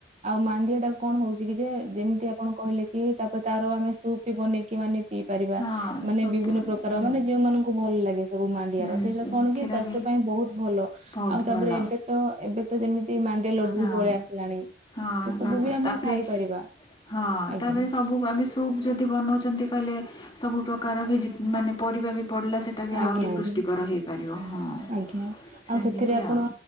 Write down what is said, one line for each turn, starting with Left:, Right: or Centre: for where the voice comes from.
Right: ଆଉ ମାଣ୍ଡିଆ ଟା କଣ ହଉଛି କି ଯେ ଯେମିତି ଆପଣ କହିଲେ କି ତାପରେ ତାର ଆମେ ସୁପ୍ ବନେଇକି ମାନେ ଇ ପାରିବା
Left: ହଁ
Right: ମାନେ
Left: ସୁପ୍
Right: ବିଭିନ୍ନ ପ୍ରକାର
Left: ହଁ
Right: ମାନେ ଯୋଉ ମାନଙ୍କୁ ଭଲ ଲାଗେ ସବୁ ମାଣ୍ଡିଆର
Left: ହୁଁ
Right: ସେଇଟା କଣ
Left: ସେଟା
Right: କି ସ୍ବାସ୍ଥ୍ୟ
Left: ବି
Right: ପାଇଁ ବହୁତ ଭଲ
Left: ବହୁତ
Right: ଆଉ
Left: ଭଲ
Right: ତାପରେ ଏବେ ତ ଏବେ ତ ଯେମିତି ସେ ମାଣ୍ଡିଆ ଲଡୁ
Left: ହଁ
Right: ବି ପଳେଇ ଆସିଲାଣି
Left: ହଁ
Right: ସେ ସବୁ
Left: ଲଡ଼ୁଆ
Right: ବି ଆମେ
Left: ତାପରେ
Right: ଖାଇପାରିବା।
Left: ହଁ
Right: ଆଜ୍ଞା
Left: ତାପରେ ସବୁ ସୁପ୍ ଯଦି ବନଉଛନ୍ତି କହିଲେ? ସବୁ ପ୍ରକାର ଭେଜି ମାନେ ପରିବା ବି ପଡିଲା ସେଟା ବି
Right: ଆଜ୍ଞା
Left: ଆହୁରି
Right: ଆଜ୍ଞା
Left: ପୃଷ୍ଟିକର ହେଇପାରିବ ହଁ
Right: ଆଜ୍ଞା ଆଉ
Left: ସେମିତି
Right: ସେଥିରେ ଆପଣ
Left: ଆଉ।